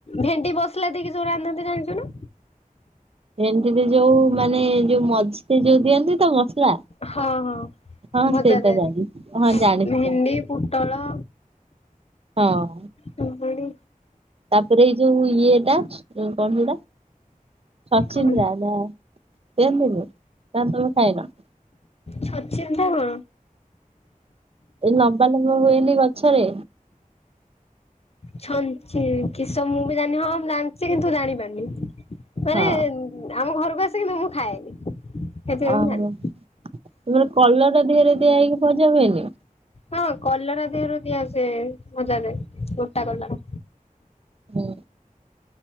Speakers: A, on the left; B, on the right.
A: ଭେଣ୍ଡି ମସଲା ଦେଇକି ଯୋଉ ରାନ୍ଧନ୍ତି ଜାଣିଛୁ ନା?
B: ଭେଣ୍ଡିକୁ ଯୋଉ ମାନେ ଯୋଉ ମଝିରେ ଯୋଉ ଦିଅନ୍ତି ତ ମସଲା?
A: ହଁ-ହଁ
B: ହଁ
A: ଭଜାଯାଏ,
B: ସେଇଟା ଜାଣିଛି। ହଁ ଜାଣିଛି
A: ଭେଣ୍ଡି ପୋଟଳ
B: ହଁଅ-ଅ।
A: କାକୁଡି
B: ତାପରେ ଏଇ ଯୋଉ ଇଏଟା କଣ ସେଟା ଛଚିନ୍ଦ୍ରା
A: କଣ
B: ନା <unintelligible> ଖାଏନା।
A: ଛଛିନ୍ଦ୍ରା କଣ?
B: ଏ ଲମ୍ବା ଲମ୍ବା ହୁଏନି ଗଛରେ?
A: ଛଞ୍ଚି କିସ ମୁଁ ବି ଜାଣିିନି ହଁ ମୁଁ ଜାଣିଛି କିନ୍ତୁ ଜାଣି ପାରୁନି। ତାପରେ
B: ହଁ
A: ଆମ ଘରକୁ ଆସେ କିନ୍ତୁ ମୁଁ ଖାଏନି। ସେଥିପାଇଁ
B: ଓହୋଃ
A: ମୁଁ ଜାଣିନି।
B: <inaudible> କଲରା ଦେହରେ ଦିଆ ହେଇକି ଭଜା ହୁଏନି?
A: ହଁ କଲରା ଦେହରେ <inaudible> ଭଜାରେ ଗୋଟା କଲରା
B: ହୁଁ।